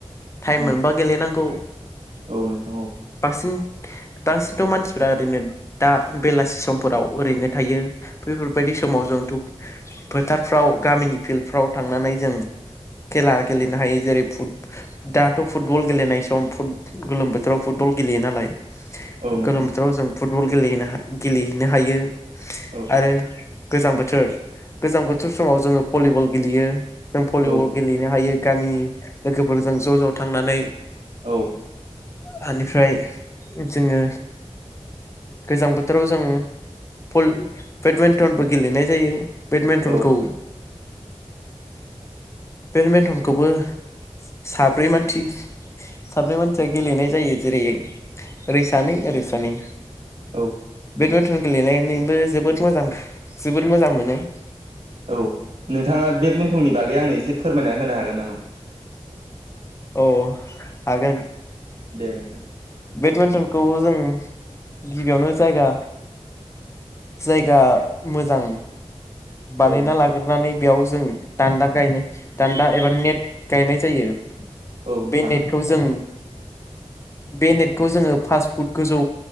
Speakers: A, on the left; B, on the right.
A: टाइम
B: उम
A: मोनबा गेलेनांगौ
B: औ नोंथां औ
A: बांसिन बांसिनथ' मानसिफ्रा ओरैनो दा बेलासि समफोराव ओरैनो थायो बेफोरबायदि समाव जों थ' फोथारफ्राव गामिनि फिल्डफ्राव थांनानै जों खेला गेलेनो हायो जेरै फुट दाथ' फुटबल गेलेनाय सम गोलोम बोथोराव फुटबल गेलेयो नालाय
B: औ औ नोंथां
A: गोलोम बोथोराव जों फुटबल गेलेनो गेलेहैनो हायो
B: औ
A: आरो गोजां बोथोर गोजां बोथोर समाव जोङो भलिबल गेलेयो जों भलिबल
B: औ
A: गेलेनो हायो गामिनि लोगोफोरजों ज' ज' थांनानै
B: औ
A: बेनिफ्राय जोङो गोजां बोथोराव जों फुल बेडमिन्टनबो गेलेनाय जायो बेडमिन्टनखौ
B: औ
A: बेडमिन्टनखौबो साब्रै मानसि साब्रै मानसिया गेलेनाय जायो जेरै ओैरै सानै ओरै सानै
B: औ
A: बेडमिन्ट टन गेलेनायनिबो जोबोद मोजां जोबोद मोजां मोनो
B: औ नोंथाङा बेडमिन्टननि बागै आंनो एसे फोरमायना होनो हागोन नामा
A: औ हागोन
B: दे नोंथां
A: बेडमिन्टनखौ जों गिबियावनो जायगा जायगा मोजां बानायना
B: औ नोंथां
A: लाग्रोनानै बेयाव जों दान्दा गायनाय दान्दा एबा नेट गायनाय जायो
B: औ नोंथां
A: बे नेटखौ जों बे नेटखौ जोङो फास फुट गोजौ